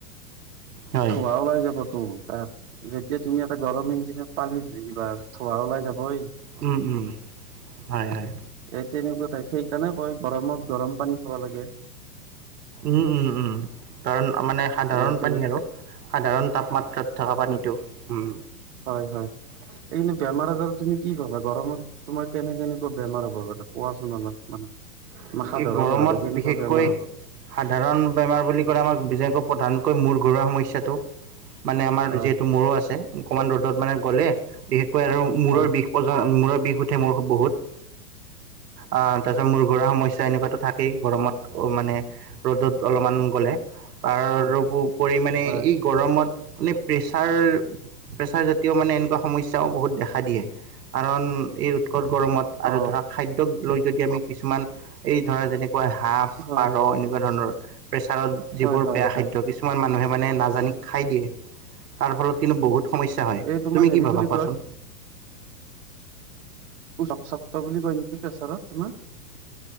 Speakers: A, on the right; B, on the right.
A: হয়
B: থোৱা ওলাই যাব তো তাত যেতিয়া তুমি এটা গৰম ইজ পানী ঢালি দিব, থোৱাা ওলাই যাবই।
A: উম'-উম', হয়-হয়।
B: এ তেনেকুৱা টাইপ সেইকাৰণে কয় গৰমত গৰম পানী খাব লাগে।
A: উম'- উম'- উম', কাৰণ মানে সাধাৰণ
B: তোমাৰ তেনে
A: পানী আৰু, সাধাৰণ তাপমাত্ৰাত থকা পানীটো। উম'।
B: হয়-হয়। এই কিন্তু বেমাৰ আজাৰ তুমি কি ভাবা? গৰমত তোমাৰ কেনে কেনেকুৱা বেমাৰ হ'ব পাৰে, কোৱাচোন অলপ মানে? সাধাৰণ
A: এই গৰমত
B: ভাৱে কেনেকুৱা
A: বিশেষকৈ
B: বেমাৰ হ'ব
A: সাধাৰণ বেমাৰ বুলি কলে আমাক <unintelligible> প্ৰধানকৈ মোৰ ঘৰুৱা সমস্যাটো। মানে আমাৰ
B: হয়
A: যিহেতু মূৰো আছে অকমান ৰ'দত মানে গ'লে বিশেষকৈ আৰু
B: হয়
A: মূৰৰ বিষ প হয় বিষ উঠে মোৰ খুব বহুত। আহ, তাৰ পিছত মূৰ ঘূৰা সমস্যা এনেকুৱাতো থাকেই গৰমত মানে। ৰ'দত অলপমান গ'লে তাৰপৰি মানে
B: হয়
A: এই গৰমত মানে প্ৰেছাৰ-প্ৰেছাৰ জাতীয় মানে এইবিলাক সমস্যাও বহুত দেখা দিয়ে। কাৰণ গৰম ত আৰু
B: অ
A: ধৰা খাদ্য লৈ এতিয়া আমি কিছুমান এই ধৰা যেনে হাঁহ,
B: হয়
A: পাৰ এনেকুৱা ধৰণৰ প্ৰেচাৰত যিবোৰ
B: হয় হয়
A: বেয়া
B: হয়
A: খাদ্য কিছুমান মানুহে মানে নাজানি খাই দিয়ে। তাৰ ফলত কিন্তু বহুত সমস্যা হয়।
B: এই তোমাৰ
A: তুমি
B: হেৰি
A: কি ভাবা
B: বুলি
A: কোৱাচোন?
B: উসত্ব বুলি কয় নেকি প্ৰেছাৰত তোমাৰ।